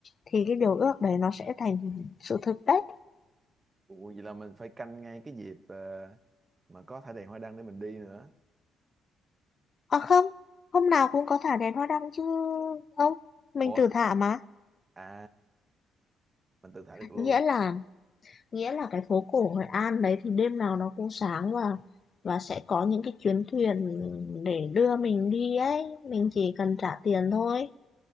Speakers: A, on the left; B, on the right.
A: thì cái điều ước đấy nó sẽ thành sự thực đấy.
B: ồ vậy là mình phải canh ngay cái dịp ờ, mà có thả đèn hoa đăng để mình đi nữa
A: À không, hôm nào cũng có thả đèn hoa đăng chứ không, mình
B: ủa
A: tự thả mà.
B: à mình tự thả được luôn
A: Nghĩa là nghĩa là cái phố cổ Hội An đấy thì đêm nào nó cũng sáng và và sẽ có những cái chuyến thuyền để đưa mình đi ấy, mình chỉ cần trả tiền thôi.